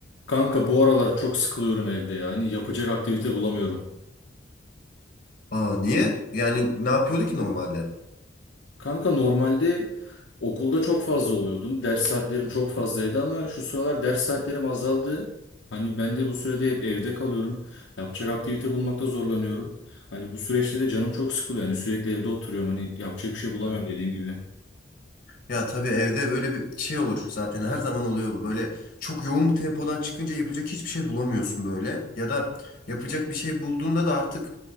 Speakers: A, on the left; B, on the left.
A: Kanka bu aralar çok sıkılıyorum evde ya. Hani yapacak aktivite bulamıyorum.
B: Aa niye? Yani ne yapıyordu ki normalde?
A: Kanka normalde okulda çok fazla oluyordum. Ders saatlerim çok fazlaydı ama şu sıralar ders saatlerim azaldı. Hani ben de bu sürede hep evde kalıyorum. Yapacak aktivite bulmakta zorlanıyorum. Hani bu süreçte de canım çok sıkılıyor. Hani sürekli evde oturuyorum. Hani yapacak bir şey bulamıyorum
B: Aha.
A: dediğim gibi.
B: Ya tabii evde böyle bir şey olur zaten her zaman oluyor bu. Böyle çok yoğun bir tempodan çıkınca yapacak hiçbir şey bulamıyorsun böyle. Ya da yapacak bir şey bulduğunda da artık